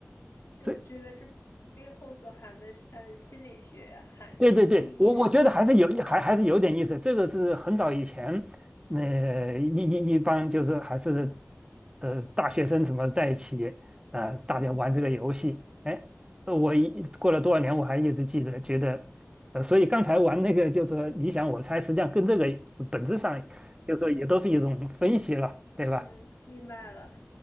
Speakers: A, on the left; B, on the right.
A: 对，
B: 所以。
A: 我觉得这背后所含的呃心理学含意义还挺有意思的。
B: 对对对，我我觉得还是有一还还是有点意思。这个是很早以前，呃，一一一般就是还是，呃，大学生什么在一起，呃，大家玩这个游戏。哎，
A: 嗯
B: 呃我一过了多少年，我还一直记得，觉得，呃，所以刚才玩那个就是说你想我猜，实际上跟这个本质上，就是说也都是一种分析了，
A: 嗯，
B: 对吧？
A: 明白了。